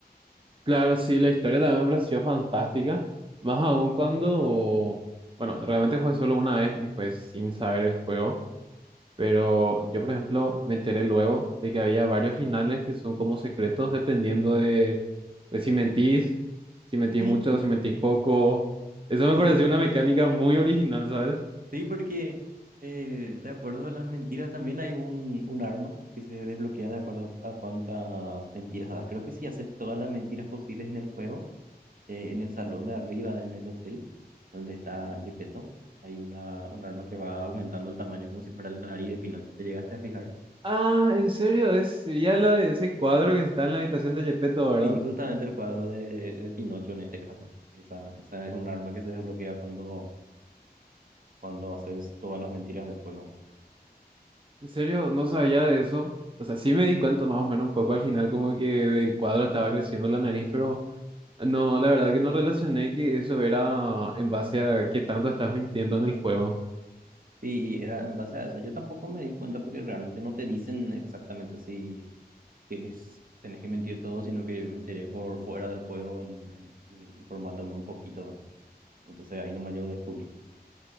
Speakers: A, on the right (about 30°); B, on the right (about 55°).
A: Claro, sí, la historia también me pareció fantástica. Más aún cuando, bueno, realmente jugué solo una vez y jugué sin saber el juego. Pero yo, por ejemplo, me enteré luego de que había varios finales que son como secretos dependiendo de, de si mentís, si mentís
B: Sí.
A: mucho, si mentís poco. Eso me
B: Sí,
A: pareció una mecánica muy original, ¿sabes?
B: Sí, porque eh, de acuerdo a las mentiras también hay un, un arma que se desbloquea de acuerdo a cuántas mentiras das. Creo que si haces todas las mentiras posibles en el juego, eh, en el salón de arriba, en el hotel donde está Gepetto, hay una, un arma que va aumentando el tamaño como si fuera la nariz de Pinocho. ¿Te llegaste a fijar?
A: Ah, en serio, es, sería la de ese cuadro que está en la habitación de Gepetto, ¿verdad?
B: Sí, justamente el cuadro de, de Pinocho en este caso. Esa, esa es un arma que se desbloquea cuando, cuando haces todas las mentiras del juego.
A: En serio, no sabía de eso. O sea, sí me di cuenta más o menos un poco al final como que el cuadro estaba creciendo la nariz, pero no, la verdad que no relacioné que eso era en base a qué tanto estás mintiendo en el juego.
B: Sí, y era en base a eso. Yo tampoco me di cuenta porque realmente no te dicen exactamente así que es, tenés que mentir todo, sino que yo me enteré por fuera del juego en- en- in- informándome un poquito, ¿verdad? Y Entonces ahí nomás yo descubrí.